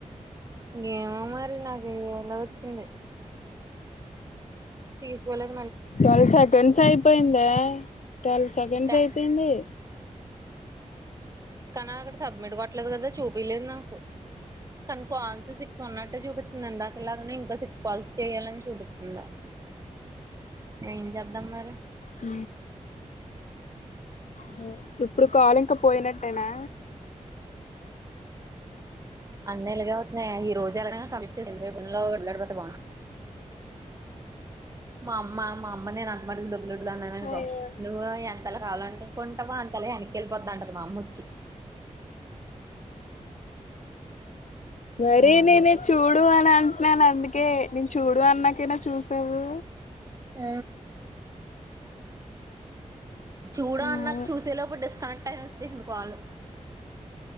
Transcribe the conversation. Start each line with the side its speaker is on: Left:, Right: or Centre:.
Right: <unintelligible> ఏమో మరి నాకిలా వచ్చింది ఫీజూ వోలెవ్
Left: తెల్సా టెన్స్ అయిపోయిందే ట్వెల్వ్ సెకండ్స్
Right: టెన్,
Left: అయిపోయింది
Right: కానీ అక్కడ సబ్మిట్ కొట్టలేదు కదా చూపిలేదు నాకు కానీ కాల్స్ సిక్స్ ఉన్నట్టు చూపిస్తుంది ఎందాకలాగనే ఇంకా సిక్స్ కాల్స్ చేయ్యాలని చూపిస్తుంది ఏం చెప్దాం మరి
Left: అ మ్ ఇప్పుడు కాల్ ఇంక పోయినట్టేనా
Right: అన్నలుగ అతున్నాయి ఈ రోజులా క రేపు వెలాడిపోతే బాగును మా అమ్మ మా అమ్మ నేను అంత మస్తమాటుకు డబ్బులు అన్నాననుకో
Left: అయ్యో
Right: నువ్వు ఎంతలా కావాలనుకుంటావో అం కాలే ఎనక్కేళ్లి పోద్ధి అంటాది మా అమ్మోచ్చి
Left: మరి
Right: ఆ
Left: నేనే
Right: అంటది
Left: ఇది చూడు అని అంటున్నాను అందుక్ ఓకే నేను చూడు అన్నాకైనా చూసావు
Right: ఆ చూడ అ
Left: అదే
Right: నాక్ చూసే లోపు డిస్కనెక్ట్ అని ఒచ్చేసింది కాలు